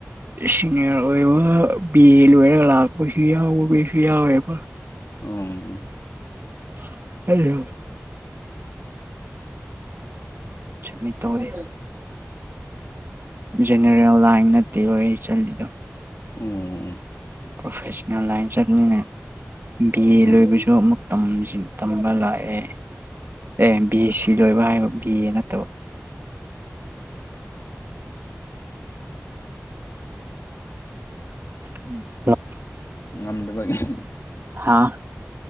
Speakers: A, on the right; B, on the left.
A: ꯁꯤꯅꯤꯌꯔ ꯑꯣꯏꯕ ꯕꯤ ꯑꯦ ꯂꯣꯏꯔꯒ ꯂꯥꯛꯄꯁꯨ ꯌꯥꯎꯁꯨ ꯌꯥꯎꯋꯦꯕ
B: ꯎꯝ
A: <unintelligible> ꯁꯨꯝꯃꯤꯠ ꯇꯧꯗꯦ ꯖꯦꯅꯔꯦꯜ ꯂꯥꯟ ꯅꯠ ꯅꯠꯇꯦꯕ ꯑꯩ ꯆꯜꯂꯤꯗꯣ
B: ꯑꯣ ꯑꯣ
A: ꯄ꯭ꯔꯣꯐꯦꯁꯟꯅꯦꯜ ꯂꯥꯏꯟ ꯆꯠꯃꯤꯅꯩ ꯕꯤ ꯑꯦ
B: ꯑꯣ
A: ꯂꯣꯏꯕꯁꯨ ꯑꯃꯨꯛ ꯇꯝꯕ ꯂꯥꯛꯑꯦ ꯕꯤ ꯑꯦ ꯁꯤ ꯂꯣꯏꯕ ꯍꯥꯏꯕ ꯕꯤ ꯑꯦ ꯅꯠꯇꯕ <unintelligible>
B: ꯉꯝꯗꯕꯒꯤ
A: ꯍꯥ